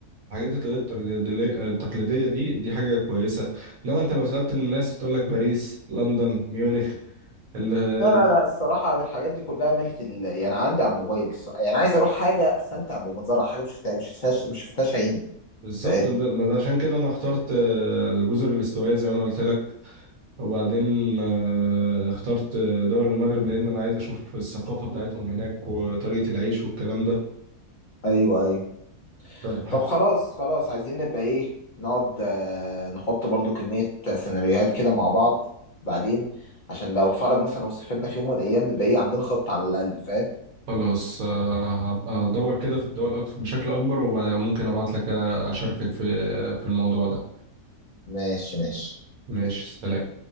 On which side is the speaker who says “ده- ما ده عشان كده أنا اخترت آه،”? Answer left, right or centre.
Right